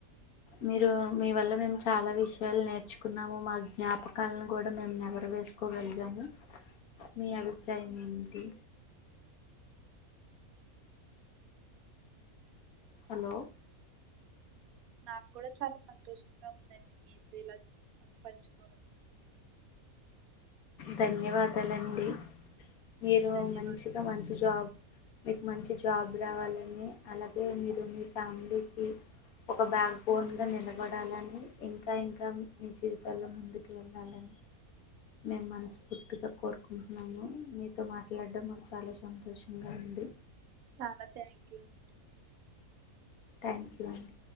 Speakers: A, on the left (about 80°); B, on the right (about 80°).
A: మీరు మీ వల్ల మేము చాలా విషయాలు నేర్చుకున్నాము మా జ్ఞాపకాలను కూడా మేము నెమరు వేసుకోగలిగాము మీ అభిప్రాయం ఏంటి హలో
B: నాకు కూడా చాలా సంతోషంగా ఉందండి మీతో ఇలా పంచుకో <inaudible>
A: ధన్యవాదాలండి మీరు
B: ధన్యవాదములు
A: మంచిగా మంచి జాబ్ మీకు మంచి జాబ్ రావాలని అలాగే మీరు మీ ఫ్యామిలీకి ఒక బ్యాక్ బోన్ గా నిలబడాలని ఇంకా ఇంకా మీ జీవితాల్లో ముందుకు వెళ్ళాలని మేము మనస్ఫూర్తిగా కోరుకుంటున్నాము మీతో మాట్లాడడం మాకు చాలా సంతోషంగా ఉంది
B: చాలా థ్యాంక్ యూ అండి
A: ట్యాంక్ యూ అండి